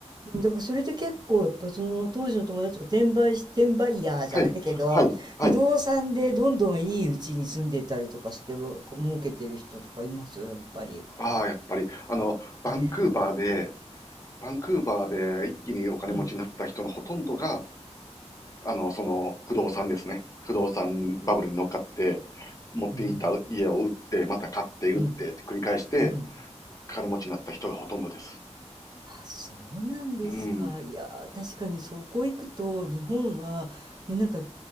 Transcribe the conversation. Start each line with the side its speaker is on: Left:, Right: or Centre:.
Right: うんだからそれで結構やっぱその当時の友達が転売し、転売ヤーじゃないけど、
Left: はい、はい、はい。
Right: 不動産でどんどんいいうちに住んでたりとかしても儲けてる人とかいますよ、やっぱり。
Left: ああ、やっぱり、あの、バンクーバーで、
Right: ね
Left: バンクーバーで一気にお金持ちになった人のほとんどが、
Right: え。うん、
Left: あの、その、不動産ですね。不動産バブルに乗っかって、持っていた家を売って、
Right: うん、
Left: また買って売ってって繰り返して、
Right: うん、うん。
Left: 金持ちになった人がほとんどです。
Right: あ、そうなんですか。
Left: うん。
Right: いやー、確かにそこ行くと、日本は、もうなんか、